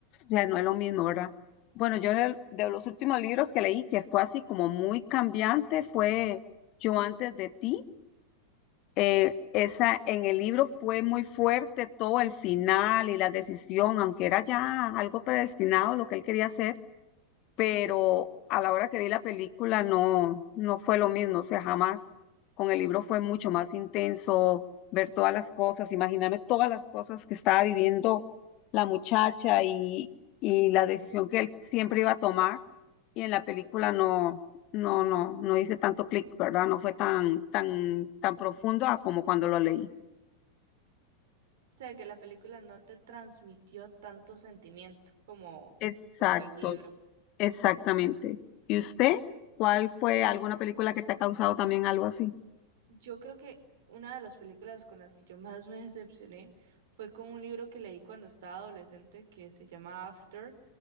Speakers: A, on the left (about 40°); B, on the right (about 55°).
A: sea, no es lo mismo, ¿verdad? Bueno, yo de, de los últimos libros que leí, que fue así como muy cambiante, fue Yo antes de ti. Eh, esa, en el libro fue muy fuerte todo el final y la decisión, aunque era ya algo predestinado lo que él quería hacer pero a la hora que vi la película no, no fue lo mismo, o sea, jamás. Con el libro fue mucho más intenso ver todas las cosas, imaginarme todas las cosas que estaba viviendo la muchacha y, y la decisión que él siempre iba a tomar. Y en la película no, no, no, no hice tanto clic, ¿verdad? No fue tan, tan, tan profundo a como cuando lo leí.
B: sea, que la película no te transmitió tanto sentimiento como,
A: Exactos,
B: como el libro.
A: exactamente. ¿Y usted? ¿Cuál fue alguna película que te ha causado también algo así?
B: Yo creo que una de las películas con las que yo más me decepcioné fue con un libro que leí cuando estaba adolescente que se llama After.